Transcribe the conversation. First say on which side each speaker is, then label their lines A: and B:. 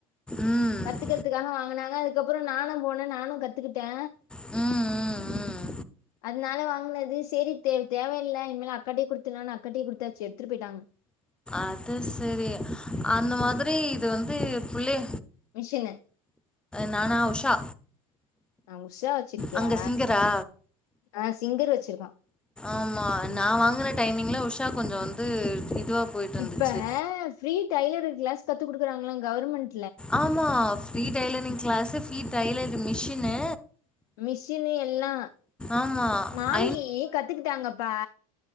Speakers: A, in the centre; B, on the left (about 80°).
A: ம்
B: கத்துக்கறதுக்காக வாங்கினாங்க அது நானு போன நானு கத்துக்கிட்டே
A: ம், ம், ம்.
B: அதனால வாங்கினது செரி தே தேவயில்ல இனிமேல் அக்காட்டயே குடுத்துடலான்னு அக்காட்டயே குடுத்தாச்சு எடுத்துட்டு போயிட்டாங்க
A: அது செரி அந்த மாதிரி இது வந்து புள்ளய
B: ன்ன
A: நானா உஷா
B: நா உஷா வெச்சிருக்கியா
A: அங்க சிங்கரா?
B: ஆ சிங்கர் வெச்சிருக்கோ
A: ஆமா நா வாங்குன டைமிங்ல உஷா கொஞ்சோ வந்து இதுவா போயிட்டுருந்துச்சு.
B: இப்ப ஃப்ரீ டைலர் கிளாஸ் கத்து குடுக்கறாங்ளா கவர்மெண்
A: ஆமா free tailoring class free tailoring machine
B: machine எல்லா
A: ஆமா. ரூ.
B: மாமி கத்துக்கிட்டாங்கப்பா